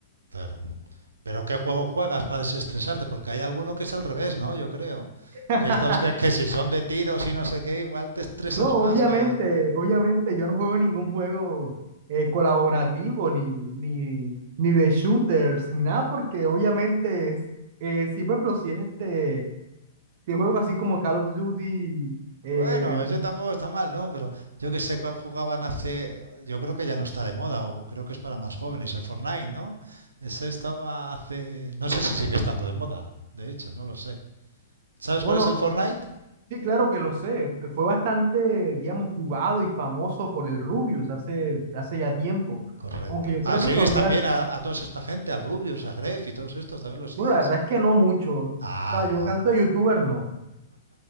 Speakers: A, on the right (about 80°); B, on the right (about 50°).
A: claro. Pero ¿qué juego juegas para desestresarte? Porque hay alguno que es al revés, ¿no? Yo creo.
B: <laughs>
A: Que estos que, que si son de tiros y no sé qué, igual te estresas
B: No, obviamente,
A: más que,
B: obviamente yo no juego ningún juego eh, colaborativo ni, ni, ni de shooters ni nada, porque obviamente, es, eh, si por ejemplo, si es este, si es juego así como Call of Duty, eh,
A: Bueno, ese tampoco está mal, ¿no? Pero yo que sé cuál jugaban hace. Yo creo que ya no está de moda, o creo que es para más jóvenes, el Fortnite, ¿no? Ese estaba hace. No sé si sigue estando de moda, de hecho, no lo sé. ¿Sabes
B: bueno,
A: cuál es el Fortnite?
B: sí, claro que lo sé, fue bastante, digamos, jugado y famoso por el Rubius hace, hace ya tiempo,
A: Correcto.
B: aunque yo creo
A: Ah, sigues
B: que todavía,
A: también a, a toda esta gente, al Rubius, a Gref y todos estos, también los sigues.
B: bueno, la verdad es que no mucho, o
A: Ah,
B: sea, yo canto
A: ah.
B: de youtuber no.